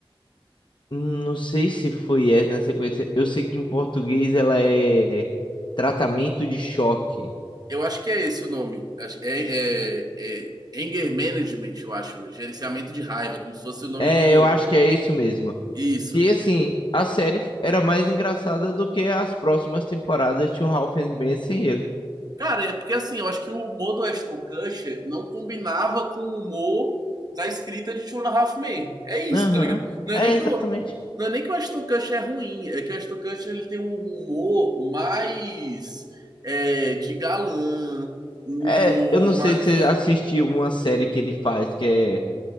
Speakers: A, on the left (about 55°); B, on the right (about 45°).
A: Hum, Não sei se foi essa na sequência. Eu sei que em português ela é Tratamento de Choque.
B: Eu acho que é esse o nome. Acho- É, é, é Anger Management, eu acho. Gerenciamento de raiva, como se fosse o nome
A: É,
B: do.
A: eu acho que é isso mesmo.
B: Isso.
A: Que assim, a série era mais engraçada do que as próximas temporadas de O Ralph and Ben sem ele.
B: Cara, é porque assim, eu acho que o humor do Ashton Kutcher não combinava com o humor da escrita de Two and a Half Men. É isso,
A: Aham.
B: tá ligado? Não
A: É,
B: é nem que
A: exatamente.
B: o, não é nem que o Ashton Kutcher é ruim, é que o Ashton Kutcher ele tem um humor mais é, de galã, um
A: É,
B: humor
A: eu não sei
B: mais.
A: se você assistiu uma série que ele faz que é